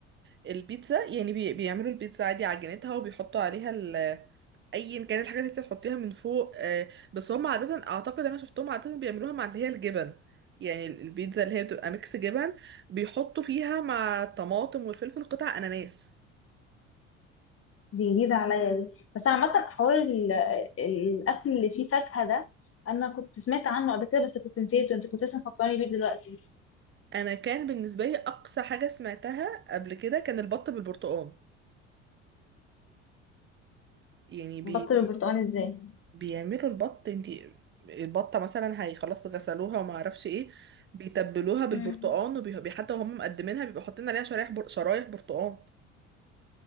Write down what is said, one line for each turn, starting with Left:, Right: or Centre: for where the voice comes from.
Right: البيتزا يعني بي- بيعملوا البيتزا عادي عجينتها وبيحطوا عليها ال- أيا كان الحاجات اللي انت بتحطيها من فوق آه، بس هم عادة أعتقد أنا شفتهم عادة بيعملوها مع اللي هي الجبن يعني ال- البيتزا اللي هي بتبقى ميكس جبن بيحطوا فيها مع الطماطم والفلفل قطع أناناس
Left: دي جديده عليا دي بس عامه حوار ال- الاكل اللي فيه فاكهه ده انا كنت سمعت عنه قبل كده بس كنت نسيته انت كنت لسه مفكراني بيه دلوقتي
Right: انا كان بالنسبه لي اقصى حاجه سمعتها قبل كده كان البط بالبرتقال يعني بي
Left: بطل
Right: بي-
Left: البرتقال ازاي
Right: بيعملوا البط انتي البطه مثلا هي خلاص غسلوها وما اعرفش ايه بيتبلوها بالبرتقال
Left: امم
Right: وبي حتى وهم مقدمينها بيبقوا حاطين عليها شرايح بر... شرايح برتقال